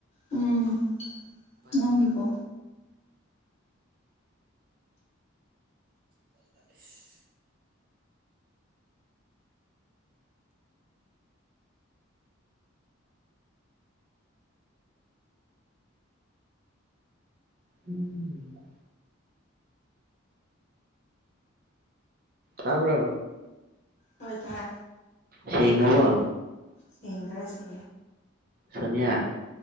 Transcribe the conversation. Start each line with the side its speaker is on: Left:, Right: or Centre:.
Left: ꯎꯝ <inaudible>
Right: ꯄꯥꯏ
Left: ꯅꯪꯒꯤꯕꯣ
Right: ꯄꯥꯏꯕ <unintelligible> <inaudible> ꯎꯝ <inaudible> <unintelligible> ꯍꯥꯥꯕ꯭ꯔꯣ
Left: ꯍꯣꯏ ꯇꯥꯏ
Right: ꯁꯤꯦꯡꯅꯧꯕꯣ
Left: ꯁꯒꯔꯦ ꯁꯦ
Right: ꯁꯣꯅꯤꯌꯥ